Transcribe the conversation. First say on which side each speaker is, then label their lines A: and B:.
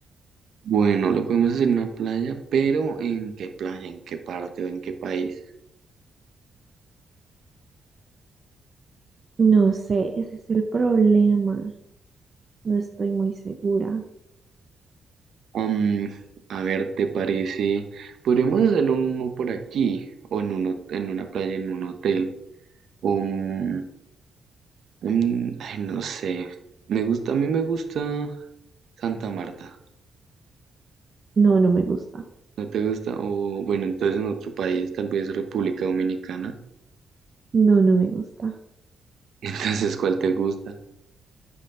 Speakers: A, on the right; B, on the right.
A: Bueno, lo podemos hacer en una playa, pero ¿en qué playa? ¿En qué parte o en qué país?
B: No sé, ese es el problema. No estoy muy segura.
A: Am, a ver, ¿te parece? Podríamos hacerlo en uno por aquí, o en uno, en una playa, en un hotel, o un- un- ay, no sé. Me gusta, a mí me gusta Santa Marta.
B: No, no me gusta.
A: ¿No te gusta? O bueno, entonces en otro país, tal vez República Dominicana.
B: No, no me gusta.
A: <laughs> Entonces, ¿cuál te gusta?